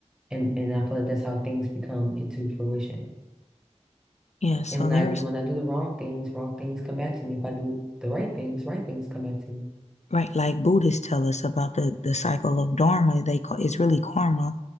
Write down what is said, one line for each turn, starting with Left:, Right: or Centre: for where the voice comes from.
Centre: And and I feel like that's how things become into fruition.
Left: Yeah, so
Centre: And when
Left: there
Centre: I and
Left: was
Centre: when I do the wrong things, wrong things come back to me. If I do the right things, right things come back to me.
Left: Right, like Buddhists tell us about the, the cycle of dharma, they call it's really karma,